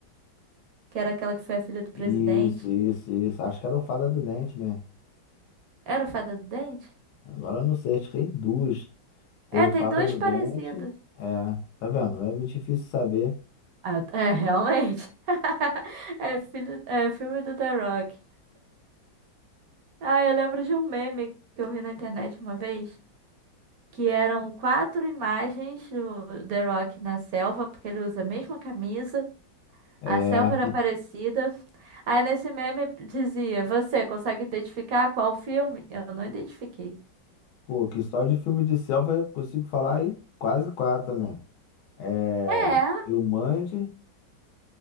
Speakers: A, on the right; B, on the left.
A: Que era aquela que foi a filha do presidente.
B: Isso, isso, isso. Acho que era o Fada do Dente, né?
A: Era a Fada do Dente?
B: Agora não sei, acho que tem duas. Tem
A: É,
B: o
A: tem
B: Fada
A: dois
B: do
A: parecidos.
B: Dente. É, tá vendo? É difícil saber.
A: Ah, é, realmente. <laughs> É, filho, é filme do The Rock. Ah, eu lembro de um meme que eu vi na internet uma vez, que eram quatro imagens do The Rock na selva, porque ele usa a mesma camisa,
B: É,
A: a selva era parecida. Aí nesse meme dizia: Você consegue identificar qual filme? Eu não identifiquei.
B: pô, que só de filme de selva eu consigo falar aí quase quatro, né? É,
A: É,
B: Jumanji,